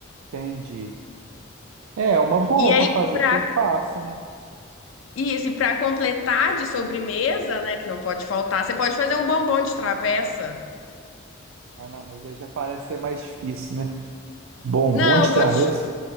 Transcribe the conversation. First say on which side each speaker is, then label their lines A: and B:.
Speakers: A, on the right; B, on the left.
A: entendi. É, é uma boa
B: E aí,
A: para fazer,
B: pra,
A: porque é fácil, né?
B: isso, e pra completar de sobremesa, né, que não pode faltar, você pode fazer um bombom de travessa.
A: Ah, não, mas aí já parece ser mais difícil, né? Bom,
B: Não,
A: bom de travessa.
B: vou te...